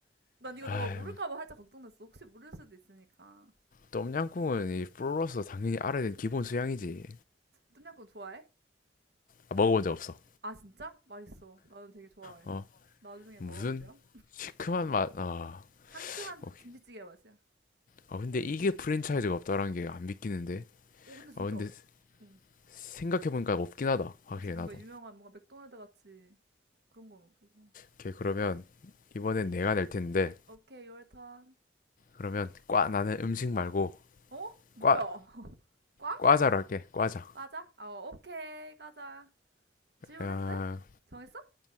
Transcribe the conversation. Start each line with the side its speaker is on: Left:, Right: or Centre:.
Right: 난 이거
Left: 아,
Right: 너가 모를까봐 살짝 걱정됐어. 혹시 모를 수도 있으니까.
Left: 똠양꿍은 이 프로로서 당연히 알아야 되는 기본 수양이지.
Right: 똠양꿍 좋아해?
Left: 아, 먹어본 적 없어.
Right: 아 진짜? 맛있어. 나는 되게 좋아해.
Left: 어.
Right: 나중에
Left: 무슨
Right: 먹어보렴.
Left: 시큼한 맛. 아,
Right: 상큼한
Left: 오케이.
Right: 김치찌개 맛이야.
Left: 아 근데 이게 프랜차이즈가 없다라는 게 안 믿기는데.
Right: 오 근데 진짜,
Left: 아 근데
Right: 응.
Left: 생각해 보니까 없긴 하다. 확실히
Right: 그치 뭔가
Left: 나도.
Right: 유명한 뭔가 맥도날드 같이 그런 건 없어서.
Left: 오케이 그러면 이번엔 내가 낼 텐데
Right: 오케이 your turn.
Left: 그러면 과 나는 음식 말고
Right: 어? 뭐야?
Left: 과
Right: <laughs> 과?
Left: 과자로 할게. 과자.
Right: 과자? 어 오케이 과자. 질문해도
Left: 야,
Right: 돼? 정했어?